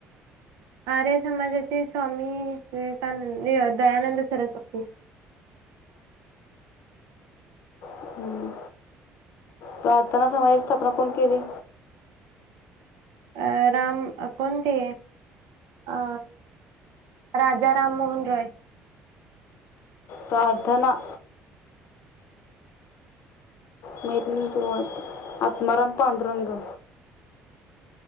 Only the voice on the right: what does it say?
आर्य समाजाचे स्वामी विवेकानं--दयानंद सरस्वती.
अ राम कोणते? अ राजाराम मोहन रॉय.